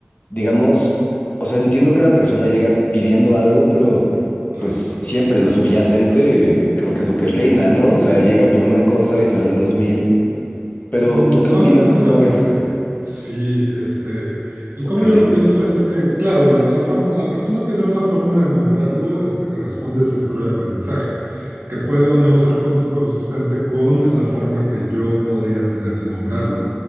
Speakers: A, on the left; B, on the right.
A: digamos, o sea, entiendo que la persona llega pidiendo algo, pero
B: Claro.
A: pues siempre lo subyacente eh, creo que es lo que reina, ¿no? O sea, llega por una cosa y salen dos mil. Pero
B: Mm,
A: ¿tú qué
B: No
A: opinas
B: necesariamente.
A: o cómo ves esto?
B: Sí, este, el
A: Ok,
B: cómo yo lo pienso es que, claro, la, la, forma- la persona tiene una forma de nombrarlo, este, que responde a su historia de aprendizaje. que puede o no ser cons- consistente con la forma que yo podría tener de nombrarlo.